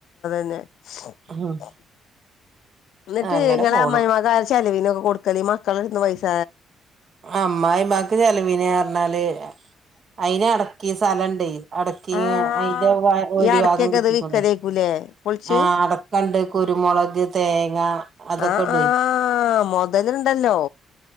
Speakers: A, on the left; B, on the right.
A: <unintelligible>
B: ഉം
A: എന്നിട്ട്
B: അങ്ങനെ
A: നിങ്ങളെ
B: പോണു
A: അമ്മായിമ്മാക്ക് ചലവിനൊക്കെ കൊടുക്കല് മക്കള ഇന്ന് പൈസ
B: അ് അമായിമ്മാക്ക് ചെലവിനെ പറഞ്ഞാല് അയിന് അടക്കി സ്ഥലം ഇണ്ട...... അടക്കി
A: ആഹ്
B: അതിന്റെ ഊരിഭാഗം
A: ഈ അടക്കൊക്കെ
B: കിട്ടിക്കണേ
A: ഇത് വിക്കലേക്കൂലേ പൊളിച്ച്
B: ആ അടക്കണ്ട്.... മുളക് തേങ്ങ അതൊക്ക
A: ആഹ്
B: ഇടയി....
A: ആഹ് മൊതല്ണ്ടല്ലോ